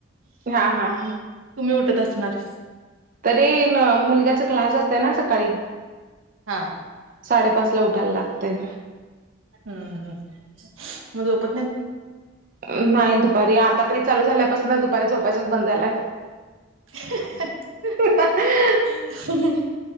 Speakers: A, on the right; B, on the right.
A: हा हा
B: तुम्ही उठत असणार
A: तरी मुलग्याचा क्लास असत ना सकाळी
B: हा
A: साडेपाच ला उठायला लागतय
B: हम्म हम् मज गप
A: नाही दुपारी आता तरी चालू झाल्यापासून तर दुपारी झोपायच्याच बंद झालाय
B: <inaudible>
A: हो
B: ह